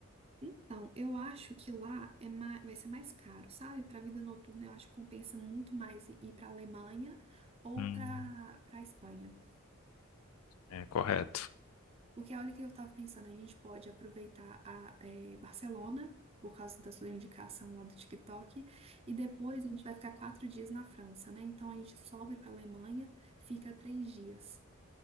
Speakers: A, on the right (about 30°); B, on the left (about 85°).
A: Então, eu acho que lá é mais, vai ser mais caro, sabe? Para vida noturna, eu acho que compensa muito mais i- ir para Alemanha ou
B: Hum,
A: para para Espanha.
B: é correto.
A: Porque olha o que eu estava pensando, a gente pode aproveitar a eh, Barcelona, por causa da sua indicação lá do TikTok, e depois a gente vai ficar quatro dias na França, né? Então a gente sobe para Alemanha, fica três dias.